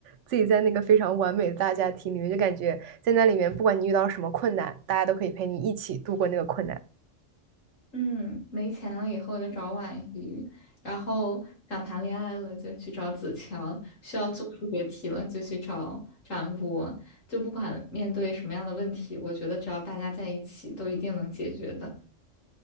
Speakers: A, on the right; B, on the left.
A: 自己在那个非常完美的大家庭里面，就感觉在那里面，不管你遇到什么困难，大家都可以陪你一起度过那个困难。
B: 嗯，没钱了以后就找婉瑜，然后想谈恋爱了就去找子乔，需要做数学题了就去找展博，就不管面对什么样的问题，我觉得只要大家在一起，都一定能解决的。